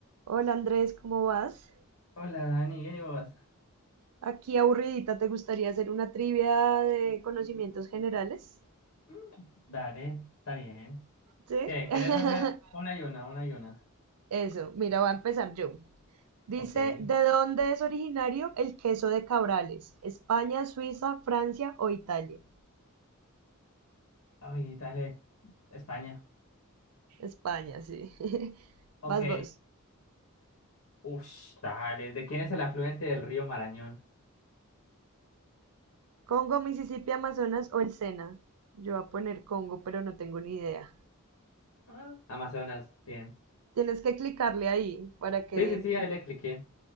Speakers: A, on the right; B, on the left.
A: Hola Andrés, ¿cómo vas?
B: Hola Dani, ¿bien y vos?
A: Aquí aburridita, ¿te gustaría hacer una trivia de conocimientos generales?
B: Mm, Dale, está bien.
A: ¿Sí?
B: ¿Qué?
A: <laughs>
B: ¿Querés hacer una y una, una y una?
A: Eso, mira, voy a empezar yo. Dice,
B: Ok.
A: ¿de dónde es originario el queso de Cabrales? ¿España, Suiza, Francia o Italia?
B: Ay, dale, España.
A: España, sí. <laughs>
B: Ok.
A: Vas vos.
B: Ush, dale. ¿De quién es el afluente del río Marañón?
A: ¿Congo, Mississippi, Amazonas o el Sena? Yo voy a poner Congo, pero no tengo ni idea.
B: Ah, Amazonas, bien.
A: Tienes que clicarle ahí para que...
B: Sí, sí, sí, ahí le cliqué.